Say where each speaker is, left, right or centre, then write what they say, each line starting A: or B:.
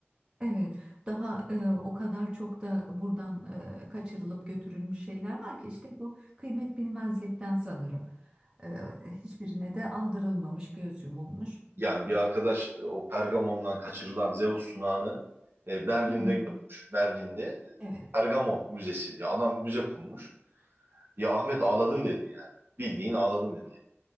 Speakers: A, on the right; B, on the right.
A: Evet, daha e, o kadar çok da buradan e, kaçırılıp götürülmüş şeyler var ki işte bu kıymet bilmezlikten sanırım. E, hiçbirine de aldırılmamış, göz yumulmuş.
B: Yani bir arkadaş e, o Pergamon'dan kaçırılan Zeus sunağını e, Berlin'de
A: Hı hı.
B: görmüş. Berlin'de e,
A: Evet.
B: Pergamon Müzesi. Ya adam müze kurmuş. Ya Ahmet ağladım dedi yani. Bildiğin ağladım dedi.